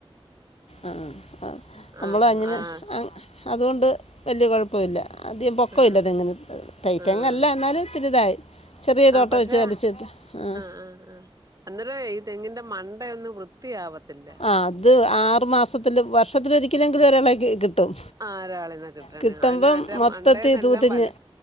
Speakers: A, on the left (about 80°); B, on the right (about 35°).
A: ആഹ് അഹ് നമ്മൾ
B: ആഹ്
A: അങ്ങനെ
B: ആഹ്
A: അതുകൊണ്ട് വലിയ കുഴപ്പ ഇല്ല അധികം പൊക്കമില്ലങന്
B: ആഹ്
A: തയ്
B: ആഹ്
A: തേങ്ങല്ല എന്നാലും തിരിതായി. ചെറിയ
B: ആ
A: തോട്ടം
B: പക്ഷെ
A: വെച്ച് വലിച്ചിട്ട് ആഹ്
B: ആഹ് ആഹ് അന്നേരം ഈ തെങ്ങിന്റെ മണ്ടയൊന്നും വൃത്തിയാവത്തില്ല.
A: ആഹ് അത് ആറു മാസത്തില് വർഷത്തില ഒരിക്കലെങ്കിലും ഒരാളക്ക് കിട്ടും.
B: ആ ഒരാളിനെ കിട്ടണേ
A: കിട്ടമ്പം
B: അതിന് അതിന്റെ
A: മൊത്തത്തി
B: മണ്ടേന്നെല്ലാം
A: തൂതിങ്ങ്
B: വലി